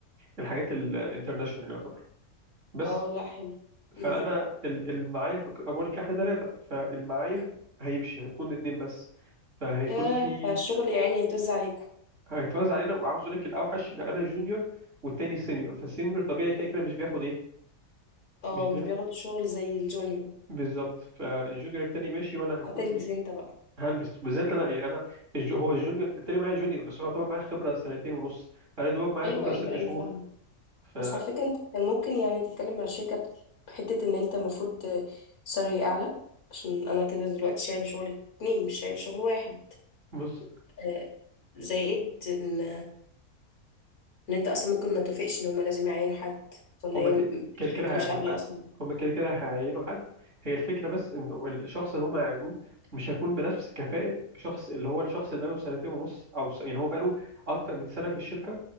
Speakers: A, on the right (about 50°); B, on the left (about 75°).
A: الحاجات الانترناشونال يعتبر بس
B: اه لا حلو
A: فانا
B: مم.
A: ال- المعايا في الك- أنا بقول لك احنا ثلاثه فالمعايا
B: مم.
A: هيمشي هنكون اتنين بس فهيكون
B: ياه
A: في
B: فالشغل يعني هيتوزع عليكم
A: هيتوزع علينا وعاوز اقول لك الاوحش ان انا جونيور والتاني سينيور فالسينيور طبيعي كده كده مش بياخد ايه
B: اه
A: مش بي...
B: مش بياخد شغل زي الجونيور
A: بالظبط فالجونيور التاني ماشي وانا هكون
B: هتلبس انت بقى
A: هلبس بالذات انا يعني انا الج... هو الجونيور التاني معايا جونيور بس هو طبعا معايا خبره سنتين ونص انا دوبك معايا
B: ايوه
A: خبره
B: ايوه
A: ست
B: ايوه
A: شهور
B: فاهمة
A: ف
B: بس على فكرة انت كان ممكن يعني تتكلم مع الشركة ب- بحتة ان انت المفروض سالري اعلى عشان انا كده دلوقتي شايلة شغل اتنين مش شايلة شغل واحد
A: بص
B: آه، زائد ان ان انت اصلا ممكن ما توافقش ان هما لازم يعينوا حد ولا
A: هما
B: هي
A: ك-
B: م-
A: كده
B: الشركه
A: كده هيعينوا
B: مش قابله
A: حد
B: اصلا
A: هما كده كده هيعينوا حد هي الفكرة بس انه الشخص اللي هما هيعينوه مش هيكون بنفس كفاءة شخص اللي هو الشخص اللي بقاله سنتين ونص او س... يعني هو بقاله اكتر من سنة في الشركة